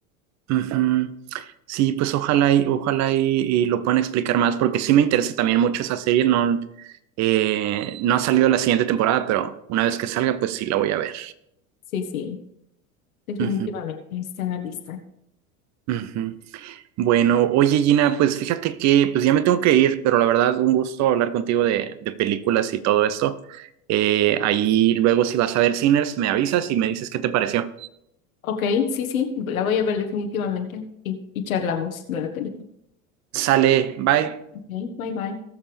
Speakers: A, on the right; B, on the left.
A: Ujú. Sí, pues ojalá y ojalá y, y lo puedan explicar más, porque sí me interesa también mucho esa serie. No, eh, no ha salido la siguiente temporada, pero una vez que salga, pues sí la voy a ver.
B: Sí, sí. Definitivamente,
A: Ujú,
B: está en la lista.
A: ujú. Bueno, oye Gina, pues fíjate que pues ya me tengo que ir, pero la verdad un gusto hablar contigo de, de películas y todo esto. Eh, ahí luego si vas a ver Sinners, me avisas y me dices qué te pareció.
B: Ok, sí, sí, la voy a ver definitivamente y, y charlamos de la película.
A: Sale, bye.
B: Ok, bye bye.